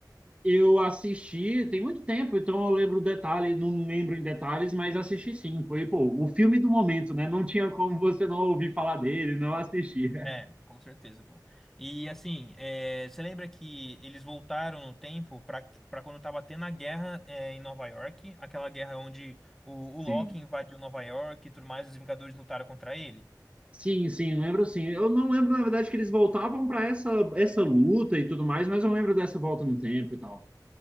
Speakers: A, on the right; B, in the centre.
A: Eu assisti tem muito tempo, então eu lembro detalhes, não lembro em detalhes, mas assisti sim. Foi, pô, o filme do momento, né? Não tinha como você não ouvir falar dele, não assistir. <laughs>
B: É, com certeza, pô. E assim, é, você lembra que eles voltaram no tempo pra para quando tava tendo a guerra é, em Nova York, aquela guerra onde o, o
A: Sim.
B: Loki invadiu Nova York e tudo mais, os Vingadores lutaram contra ele?
A: Sim, sim, lembro sim. Eu não lembro, na verdade, que eles voltavam para essa, essa luta e tudo mais, mas eu lembro dessa volta no tempo e tal.